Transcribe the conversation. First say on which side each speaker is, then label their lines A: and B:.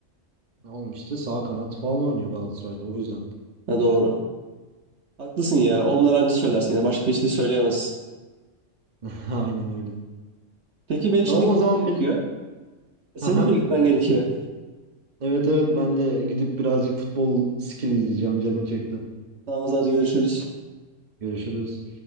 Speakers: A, on the right; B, on the right.
A: ben. Olmuştu. Sağ kanat falan oynuyor Galatasaray'da o yüzden.
B: Ha, doğru. Haklısın ya. Onları anca söylersin ya. Başka bir şey söyleyemezsin.
A: <laughs> Aynen öyle.
B: Peki ben şimdi
A: Tamam
B: gitmem
A: o zaman
B: gerekiyor.
A: benim...
B: Senin
A: Aha.
B: de mi gitmen gerekiyor?
A: Evet evet ben de gidip birazcık futbol skill izleyeceğim. Canım çekti.
B: Tamam o zaman görüşürüz.
A: Görüşürüz.